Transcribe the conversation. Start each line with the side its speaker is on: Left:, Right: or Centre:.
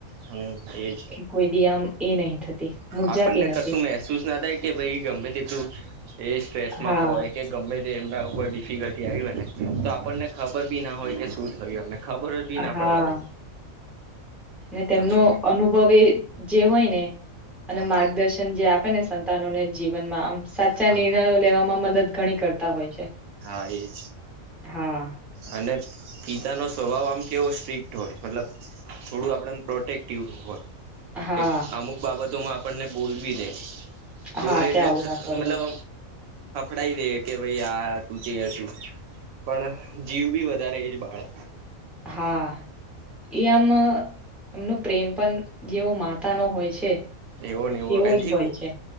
Right: હમ એજ
Centre: એ કોઈ દી આમ એ નહી થતી, મુરઝાતી
Right: આપણને
Centre: નથી.
Right: કશું મહેસૂસ ના થાય કે ભાઈ ગમે તેટલું એ સ્ટ્રેસમાં
Centre: હા,
Right: હોય કે ગમે તે એમના ઉપર ડિફિકલ્ટી આવી હોય ને તો આપણને ખબર બી ના હોય કે શું થયું અમને ખબર જ બી ના
Centre: હા.
Right: પડવા દે
Centre: ને
Right: એ
Centre: તેમનો
Right: તો છે
Centre: અનુભવ એ જે હોય ને અને
Right: હા
Centre: માર્ગદર્શન જે આપે ને સંતાનોને જીવન માં આમ સાચા
Right: હા
Centre: નિર્ણયો
Right: હા
Centre: લેવામાં મદદ ઘણી કરતા હોય છે
Right: હા એજ
Centre: હા.
Right: અને પિતાનો સ્વભાવ આમ કેવો સ્ટ્રીિક હોય મતલબ થોડું આપણે પ્રોટેક્ટિવ હોય
Centre: હા
Right: એક અમુક બાબત તો આપણને બોલવી દે
Centre: હા
Right: બોલે
Centre: કે
Right: એટલે
Centre: આવું ના કરો
Right: મતલબ ડા દે કે ભાઈ આ હતું તે હતું પણ જીવ બી વધારે એજ બાળે
Centre: હા એ આમ એમનો પ્રેમ પણ જેવો માતા નો હોય છે
Right: એવો ને એવો
Centre: તેવો
Right: એથી
Centre: જ હોય છે